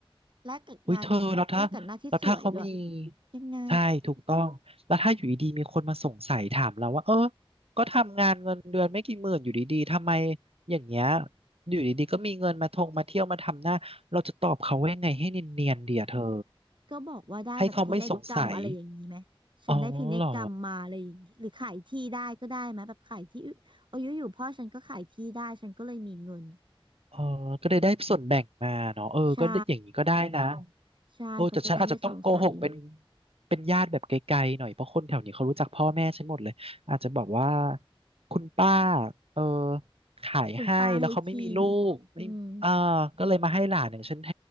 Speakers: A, on the right; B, on the right.
A: และกับงาน
B: อุ้ยเธอแล้วถ้าแล้วถ้าเขามี
A: และกับหน้าที่สวยด้วยยังไง
B: ใช่ถูกต้องแล้วถ้าอยู่ดีๆมีคนมาสงสัยถามเราว่าเออก็ทำงานเงินเดือนไม่กี่หมื่นอยู่ดีๆทำไมอย่างเงี้ยอยู่ดีๆก็มีเงินมาทงมาเที่ยวมาทำหน้าเราจะตอบเขาว่ายังไงให้เนียนๆเดียเธอ
A: ก็บอกว่าได้แบบพินัยกรรมอะไรอย่างนี้ไหม
B: ให้เขาไม่สงสัย
A: ฉันได้พินัยกรรมมาอะไรอย่างนี้หรือขายที่ได้ก็ได้ไหมแบบขายที่ออายุอยู่ๆพ่อฉันก็ขายที่ได้ฉันก็เลยมีเงิน
B: อ๋อเหรอ เออก็ได้ได้ส่วนแบ่งมาเนาะเออก็ได้อย่างนี้ก็ได้นะ
A: ใช่ ใช่เขาจะได้ไม่สงสัย
B: โอ้แต่ฉันอาจจะต้องโกหกเป็นเป็นญาติแบบไกลๆหน่อย เพราะคนแถวนี้เขารู้จักพ่อแม่ฉันหมดเลย อาจจะบอกว่าคุณป้าเออขายให้
A: คุณป้าให้ที่
B: แล้วเขาไม่มีลูกไม่เอ่า
A: อืม
B: ก็เลยมาให้หลานอย่างฉันแท